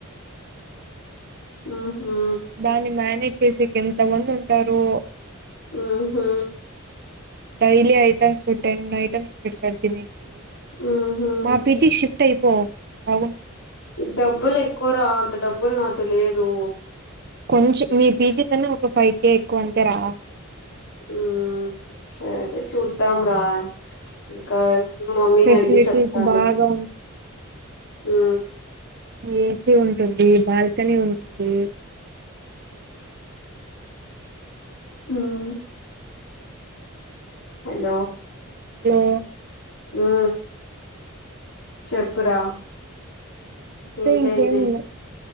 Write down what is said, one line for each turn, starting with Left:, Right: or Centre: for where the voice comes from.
Left: ఆహా.
Right: దాన్ని మేనేజ్ చేసేకి ఎంత మంది ఉంటారో.
Left: ఊహూ
Right: డైలీ ఐటమ్స్ టెన్ ఐటెమ్స్ పెడతారు తిన్నీకి.
Left: ఆహా
Right: మా పీజీకి షిఫ్ట్ అయిపో బావుం
Left: డబ్బులు ఎక్కువరా అంత డబ్బులు నాతో లేదు.
Right: కొంచెం మీ పీజీ కన్నా ఒక ఫైవ్ కే ఎక్కువ అంతేరా.
Left: హ్మ్ సరే చూద్దాంరా. ఇంకా మా మమ్మీని
Right: ఫెసిలిటీస్
Left: అడిగి చెప్తాలే.
Right: బాగా
Left: హ్
Right: ఏసి ఉంటుంది, బాల్కనీ ఉంటుంది.
Left: హ్ హలో.
Right: హలో.
Left: ఉ చెప్పురా.
Right: అంతే
Left: ఇంకేంటి?
Right: ఇంకేం లే